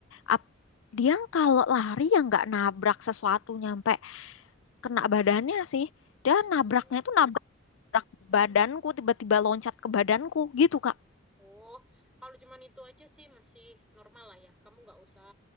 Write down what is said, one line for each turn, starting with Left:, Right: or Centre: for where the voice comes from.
Left: ap- dia kalau lari ya nggak nabrak sesuatu nyampe kena badannya sih dia
Centre: Hmm.
Left: nabraknya itu nabrak gerak badanku tiba-tiba loncat ke badanku gitu Kak.
Centre: Oh, kalau cuman itu aja sih masih normal lah ya. Kamu nggak usah